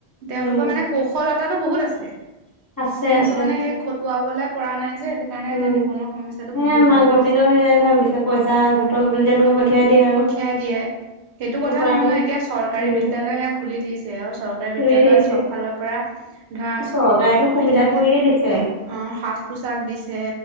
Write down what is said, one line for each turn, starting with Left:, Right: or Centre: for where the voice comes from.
Right: তেওঁলোকৰ
Left: উম
Right: মানে কৌশলতাটো বহুত আছে
Left: আছে
Right: কিন্তু
Left: আছে
Right: মানে সেই খটুৱাবলৈ পৰা নাই যে সটো কাৰণে
Left: উম
Right: এটা নিবনুৱ সমস্্যাটো
Left: সেয়া
Right: বহুত
Left: মাক
Right: বাঢ়ি
Left: বাপেকেও
Right: গৈছে
Left: সেয়াই ভাবিছে পইচা ঘটক বুলি তেনেকে পঠিয়াই দিয়ে আৰু
Right: পঠিয়াই দিয়ে সেইটো কথা
Left: উপায়
Right: নহয়
Left: নাই
Right: ন এতিয়া চৰকাৰী
Left: উম
Right: বিদ্য়ালয় সেয়া খুলি দিছে আৰু চৰ বিদ্্যালয়ত
Left: খুলি দিছে
Right: চব ফালৰ পৰা ধৰা
Left: চৰকাৰেতো সুবিধা
Right: পিন্ধিবলে
Left: কৰিয়ে দিছে
Right: অ সাজ পোছাক দিছে